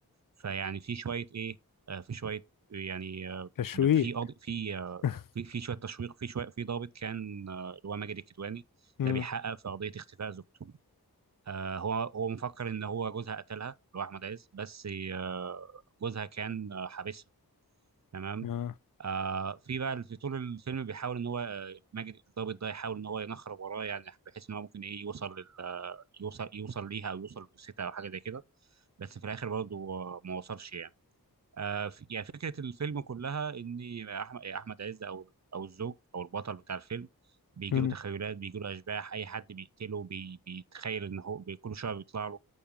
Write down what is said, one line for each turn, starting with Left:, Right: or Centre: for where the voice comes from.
Right: فيعني في شوية ايه آه، في شوية يعني آه،
Left: تشويق
Right: في قاضي في آه،
Left: <laughs>
Right: في في شويه تشويق في شويه في ضابط كان آه، اللي هو ماجد الكدواني
Left: امم
Right: ده بيحقق في قضيه اختفاء زوجته آه هو هو مفكر ان هو جوزها قتلها اللي هو احمد عز بس آه جوزها كان آه حابسها تمام
Left: اه
Right: آه في بقى في طول الفيلم بيحاول ان هو آه، ماجد الضابط ده يحاول ان هو ينخرب وراه يعني بحيث ان هو ممكن ايه يوصل لل آه، يوصل يوصل ليها او يوصل لجثتها او حاجه زي كده بس في الاخر برضه آه، ما وصلش يعني آه، ف- يعني فكرة الفيلم كلها إن أحمد أحمد عز أو أو الزوج أو البطل بتاع الفيلم بيجيله
Left: امم
Right: تخيلات بيجيله أشباح أي حد بيقتله بي بيتخيل إن هو بي- كل شوية بيطلع له